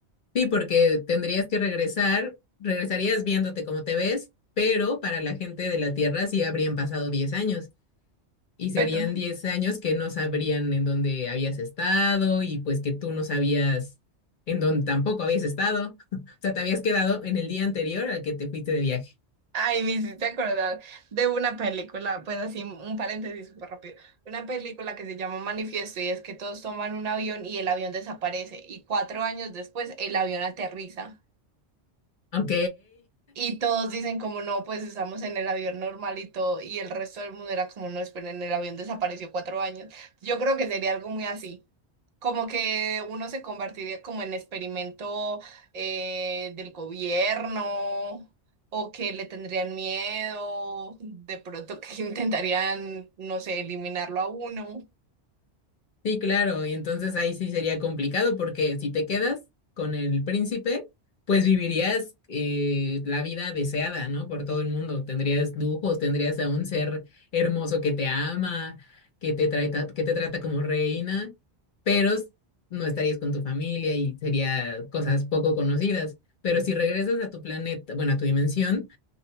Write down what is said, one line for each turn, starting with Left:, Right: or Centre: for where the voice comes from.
Left: Sí, porque tendrías que regresar, regresarías viéndote como te ves, pero para la gente de la Tierra sí habrían pasado 10 años. Y serían
Right: Perdón.
Left: 10 años que no sabrían en dónde habías estado y pues que tú no sabías en dónde tampoco habías estado. <laughs> O sea, te habías quedado en el día anterior al que te fuiste de viaje.
Right: Ay, me hiciste acordar de una película, pues así un paréntesis súper rápido, una película que se llama Manifiesto y es que todos toman un avión y el avión desaparece y cuatro años después el avión aterriza.
Left: Ok.
Right: Y todos dicen como no, pues estamos en el avión normal y todo, y el resto del mundo era como no, esperen, el avión desapareció cuatro años. Yo creo que sería algo muy así, como que uno se convertiría como en experimento eh, del gobierno o que le tendrían miedo, de pronto que <laughs> intentarían, no sé, eliminarlo a uno.
Left: Sí, claro, y entonces ahí sí sería complicado porque si te quedas con el príncipe, pues vivirías eh, la vida deseada, ¿no? Por todo el mundo. Tendrías lujos, tendrías a un ser hermoso que te ama, que te trata, que te trata como reina, pero s- no estarías con tu familia y sería cosas poco conocidas. Pero si regresas a tu planeta, bueno, a tu dimensión,